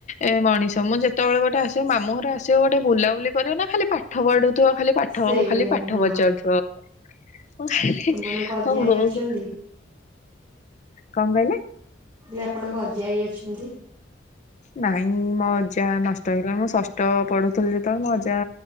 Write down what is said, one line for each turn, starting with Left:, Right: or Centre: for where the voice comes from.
Left: ଏ ମଣିଷ ମୁଁ ଯେତେବେଳେ ଗୋଟେ ଆସିବି ମାମୁ ଘର ଆସିବ ଗୋଟେ ବୁଲାବୁଲି କରିବ ନା ଖାଲି ପା ପାଠ ପଢୁଥିବ ଖାଲି ପାଠ
Right: ସେଇଆ
Left: ଖାଲି ପାଠ
Right: ହଁ
Left: ପଚାରୁଥିବ। ଓ ହେଇ
Right: ଆପଣଙ୍କ ଅଜା
Left: ହୋ
Right: ଆଈ
Left: ହଉ
Right: ଅଛନ୍ତି?
Left: ହଉ। <unintelligible> କଣ କହିଲେ?
Right: ହେଲେ ଆପଣଙ୍କ ଅଜା ଆଇ ଅଛନ୍ତି?
Left: ନାଇଁ ମୋ ଅଜା ନଷ୍ଟ ହେଇଗଲାଣି ମୁଁ ଶସ୍ ଷଷ୍ଠ ପଢ଼ୁଥିଲି ଯେତେବେଳେ ମୋ ମଜା